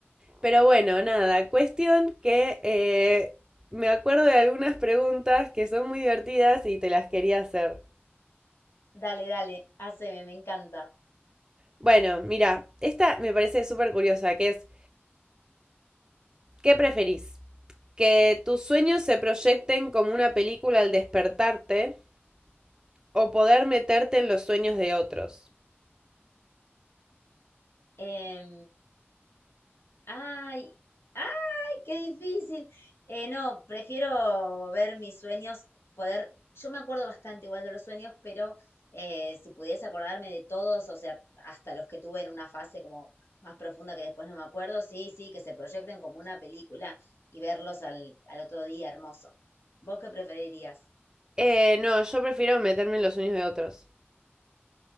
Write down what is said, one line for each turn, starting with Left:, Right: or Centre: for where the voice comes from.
Right: Pero bueno, nada, cuestión que eh, me acuerdo de algunas preguntas que son muy divertidas y te las quería hacer.
Left: Dale, dale, haceme, me encanta.
Right: Bueno, mira, esta me parece súper curiosa, que es, ¿qué preferís? ¿Que tus sueños se proyecten como una película al despertarte o poder meterte en los sueños de otros?
Left: Em, Ay, ay, qué difícil. Eh, no, prefiero ver mis sueños, poder, yo me acuerdo bastante igual de los sueños, pero eh, si pudiese acordarme de todos, o sea, hasta los que tuve en una fase como más profunda que después no me acuerdo, sí, sí, que se proyecten como una película y verlos al, al otro día, hermoso. ¿Vos qué preferirías?
Right: Eh, no, yo prefiero meterme en los sueños de otros.